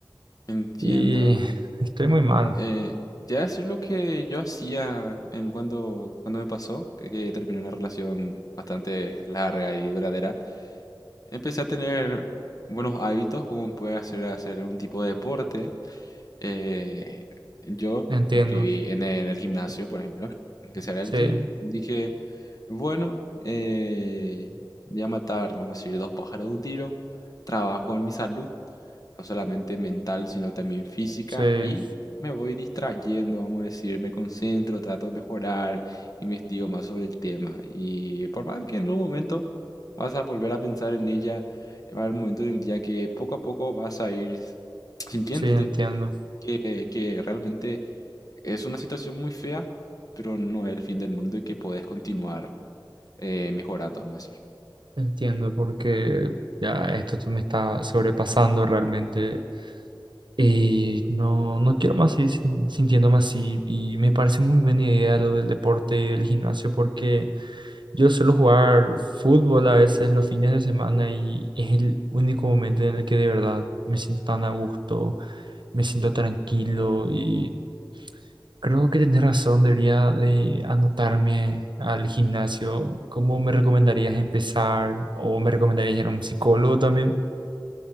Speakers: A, on the left; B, on the right.
A: Entiendo.
B: Y estoy muy mal,
A: Eh, te voy a decir lo que yo hacía en cuando, cuando me pasó, que, que terminé una relación bastante larga y duradera. Empecé a tener buenos hábitos, como puede hacer, hacer algún tipo de deporte. Eh, yo
B: entiendo,
A: me inscribí en el, en el gimnasio, por ejemplo. Empecé a ir al
B: sí,
A: gym. Dije, bueno, eh, voy a matar, vamos a decir, dos pájaros de un tiro. Trabajo en mi salud, no solamente mental, sino también física.
B: sí,
A: Y me voy distrayendo, vamos a decir, me concentro, trato de mejorar, investigo más sobre el tema. Y por más que en un momento Vas a volver a pensar en ella. Va a haber momentos en el día que poco a poco vas a ir sintiéndote
B: sí, entiendo,
A: que, que realmente es una situación muy fea, pero no es el fin del mundo y que podés continuar eh, mejorando, vamos a decir.
B: entiendo porque ya esto me está sobrepasando realmente. Y no, no quiero más seguir sin- sintiéndome así. Y me parece muy buena idea lo del deporte y del gimnasio porque yo suelo jugar fútbol a veces los fines de semana y es el único momento en el que de verdad me siento tan a gusto, me siento tranquilo y creo que tenés razón, debería de anotarme al gimnasio. ¿Cómo me recomendarías empezar? ¿O me recomendarías ir a un psicólogo también?